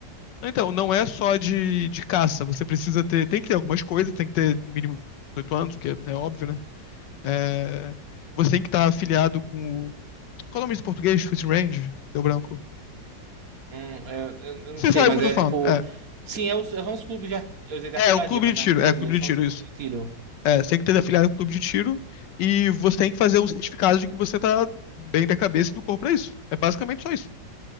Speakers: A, on the left; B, on the right.
A: Então, não é só de, de caça. Você precisa ter. Tem que ter algumas coisas, tem que ter mínimo 18 anos, o que é é óbvio, né? É, você tem que estar afiliado com o. Qual é o nome desse português? Shooting Range? Deu branco.
B: Hum, é- eu, eu não
A: Você
B: sei,
A: sabe
B: mas
A: o que eu
B: é
A: tô falando.
B: tipo.
A: É.
B: Sim, é os- são os clubes de, ar- eu ia dizer de
A: É
B: artilharia,
A: um clube
B: mas
A: de
B: de
A: tiro.
B: artilharia,
A: É, clube
B: são
A: de tiro,
B: os clubes
A: isso.
B: de tiro.
A: É, você tem que ter afiliado com o clube de tiro e você tem que fazer um certificado de que você tá bem da cabeça e do corpo pra isso. É basicamente só isso.